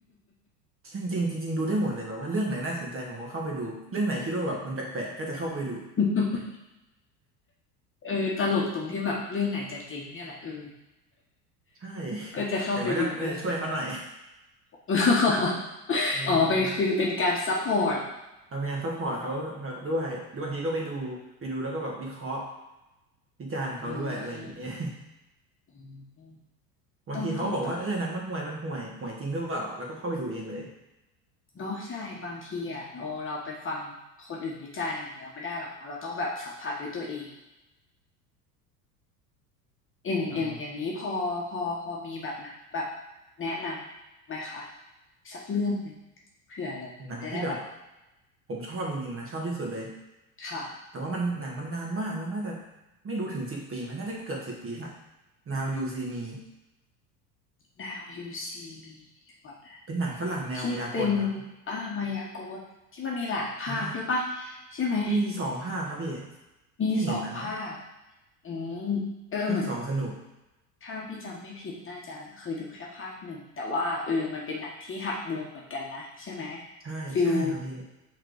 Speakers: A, on the right; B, on the left.
A: จริงจริงจริงๆดูได้หมดเลยแบบว่าเรื่องไหนน่าสนใจผมก็เข้าไปดูเรื่องไหนคิดว่าแบบมันแปลกๆก็จะเข้าไปดู
B: <laughs> เออตลกตรงที่แบบเรื่องไหนจะเจริงเนี่ยแหละเออ
A: ใช่
B: <laughs> ก็จะเข้าไปดูเรื่องนั้น
A: <laughs> อย่างนั้นก็เออช่วยเขาหน่อย
B: <laughs>
A: <laughs> เออ
B: อ๋อเป็นคือเป็นการซัพพอร์ต
A: ทำงานซัพพอร์ตเขาด้วยหรือบางทีก็ไปดูไปดูแล้วก็แบบวิเคราะห์วิจารณ์เขาด้วยอะไรอย่างเงี้ย
B: อืมอืม
A: บางทีเขาบอกว่าเออหนังมันห่วยมันห่วยห่วยจริงหรือเปล่าแล้วก็เข้าไปดูเองเลย
B: ต้องต้องต้อง เนาะใช่บางทีอ่ะเราเราไปฟังคนอื่นวิจารณ์อย่างเดียวไม่ได้หรอกเนาะเราต้องแบบสัมผัสด้วยตัวเองอย่างอย่างอย่างนี้พอพอพอมีแบบหนังแบบ
A: อ๋อ
B: แนะนำไหมคะสักเรื่องหนึ่งเผื่อแบบจะได้แบบ
A: หนังที่แบบผมชอบจริงๆนะชอบที่สุดเลย
B: ค่ะ
A: แต่ว่ามันหนังมันนานมากแล้วน่าจะไม่รู้ถึงสิบปีไหมน่าจะเกือบสิบปีละ Now You See Me
B: Now You See Me เดี๋ยวก่อนนะ
A: เป็นหนังฝรั่งแนวมายากลครับ
B: ที่เป็นอ่ามายากลที่มันมีหลายภาคด้วยปะ
A: ใช่
B: ใช่ไหม
A: มีสองภาคครับพี่
B: มีสองภาค
A: ที่เห็นนะครับ
B: อืมเออเหมือน
A: ภาคสองสนุก
B: ถ้าพี่จำไม่ผิดน่าจะเคยดูแค่ภาคหนึ่งแต่ว่าเออมันเป็นหนังที่หักมุมเหมือนกันนะใช่ไหม
A: ใช่ใช่ครับพี่
B: ฟิล